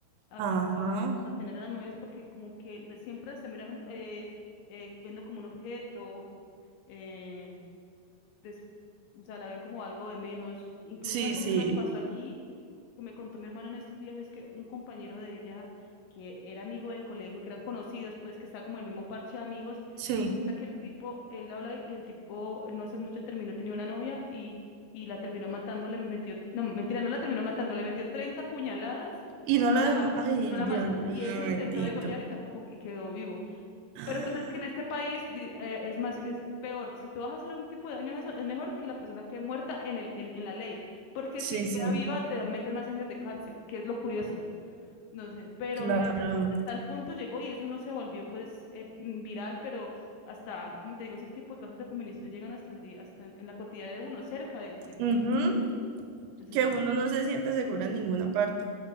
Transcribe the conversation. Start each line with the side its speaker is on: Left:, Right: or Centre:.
Left: a,
Right: Ajá.
Left: a- a- a tener a las mujeres porque como que le- siempre las terminan eh, eh, viendo como un objeto. eh, des- o sea, la ven como algo de menos. Incluso
Right: Sí,
Left: algo
Right: sí,
Left: que nos pasó aquí, que me contó mi hermana en estos días, es que un compañero de ella, que era amigo del colegio, que eran conocidos, pues que está como en el mismo parche de amigos,
Right: sí.
Left: resulta que el tipo, él habla y el tipo, no hace mucho terminó, tenía una novia y, y la terminó matando, le metió, no, mentira, no la terminó matando, le metió 30 puñaladas,
Right: Y no la,
Left: no la mató.
Right: ay,
Left: No la
Right: Dios
Left: mató.
Right: mío,
Left: Y él se
Right: bendito.
Left: intentó degollar y tampoco
Right: <gasps>
Left: y quedó vivo.
Right: Ah,
Left: Pero tú sabes que en este país di- eh, es más, es peor. Si tú vas a hacer un tipo de daño, eso es mejor que la persona quede muerta en el, en, en la ley. Porque
Right: Sí,
Left: si queda
Right: sí.
Left: viva, te meten más años de cárcel, que es lo curioso. No sé. Pero
Right: Claro.
Left: mira, hasta hasta el punto llegó y eso no se volvió pues eh, mm, viral, pero hasta, como te digo, ese tipo de casos de feminicidio llegan hasta el día, hasta en, en la cotidiana de uno, cerca de- del
Right: Ujú,
Left: día. Entonces
Right: Que uno no se siente seguro en ninguna parte.